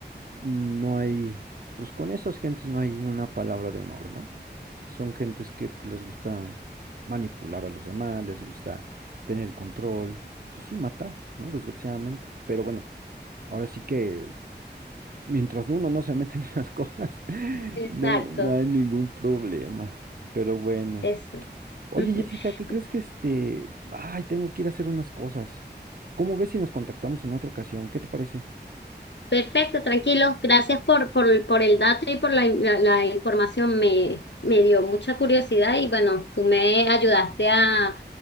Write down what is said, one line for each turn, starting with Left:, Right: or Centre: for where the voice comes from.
Right: mm, no hay, pues con esas gentes no hay una palabra de honor, ¿no? Son gentes que pues, les gusta manipular a los demás, les gusta tener el control, pues sí, matar, ¿no? Desgraciadamente. Pero bueno. Ahora sí que mientras uno no se mete en esas cosas, <laughs>
Left: Exacto.
Right: no, no hay ningún problema. Pero bueno.
Left: Es.
Right: Oye,
Left: <laughs>
Right: Jessica, ¿qué crees que este... Ay, tengo que ir a hacer unas cosas. ¿Cómo ves si nos contactamos en otra ocasión? ¿Qué te parece?
Left: Perfecto, tranquilo. Gracias por, por, por el dato y por la, la- la información. Me, me dio mucha curiosidad y bueno, tú me ayudaste a, a